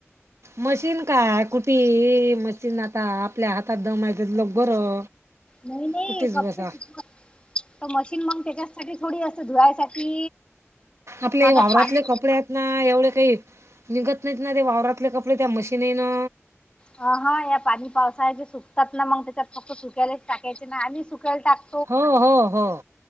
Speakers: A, on the right (about 75°); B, on the left (about 25°).
A: मशीन काय कुठी ये मशीन आता आपल्या हातात दम हाय तिथलक बरं
B: नाई नाई
A: कुठेच
B: कपडे
A: बसा
B: सुकवा त मशीन मंग त्याच्यासाठी थोडी असत धुवायसाठी
A: आपले
B: मग
A: ये वावरातले
B: आता पाणी
A: कपडे यात ना एवढे काई निघत नाहीत ना ते वावरातले कपडे त्या मशीनीनं
B: अ हा या पाणी पावसाचे सुकतात ना मंग त्याच्यात फक्त सुकयलाच टाकायचे ना आम्ही सुक्यायला टाक
A: हो हो हो